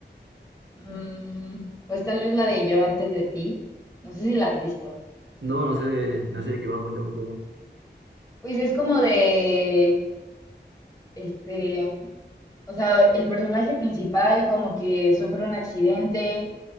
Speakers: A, on the left; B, on the right.
A: mm, pues tal vez la de Yo antes de ti. No sé si la has visto.
B: No, no sé de, no sé de qué va, cuéntame un poco.
A: Pues es como de, este, o sea, el personaje principal como que sufre un accidente,